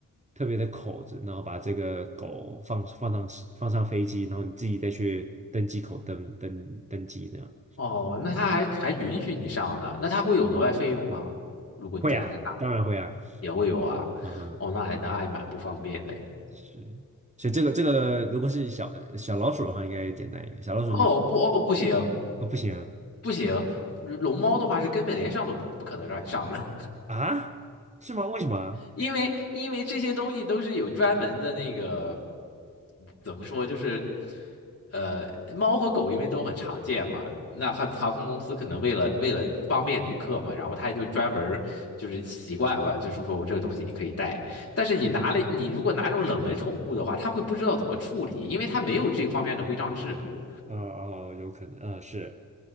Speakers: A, on the right; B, on the left.
A: 特别的口子，然后把这个狗放放上放上飞机，然后你自己再去登机口登登登机这样。
B: 哦，那他还还允许你上呢，那他会有额外费用吗？如果你带的太大，
A: 会啊，当然会啊，
B: 也会有啊。
A: 嗯哼，
B: 哦，那还那还蛮不方便的哎
A: 是。所以这个这个，如果是小小老鼠的话，应该简单一点。小老鼠你
B: 哦不哦不行
A: 啊，不行啊
B: 不行，龙猫的话是根本连上都不不可能让你上的。
A: 啊？是吗？为什么啊？
B: 因为因为这些东西都是有专门的那个，怎么说就是，呃，猫和狗因为都很常见嘛，那航航空公司可能为了为了方便旅客嘛，然后他就专门儿就是习惯了，就是说我这个东西你可以带，但是你拿了你如果拿这种冷门宠物的话，他会不知道怎么处理，因为他没有这方面的规章制度。
A: 呃哦，有可能，呃，是，